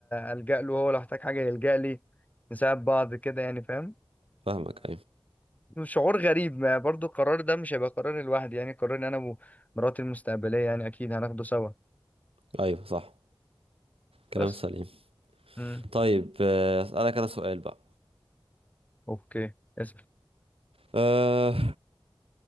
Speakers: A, on the left; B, on the right.
A: الجا له هو لو احتاج حاجه يلجا لي نساعد بعض كده يعني فاهم
B: فاهمك ايوه
A: فشعور غريب ما برضو القرار ده مش هيبقى قراري لوحدي يعني قراري انا ومراتي المستقبليه يعني اكيد هناخده سوا
B: ايوه صح كلام
A: بس
B: سليم
A: امم
B: طيب آه، اسالك انا سؤال بقى
A: اوكي اسف
B: آه،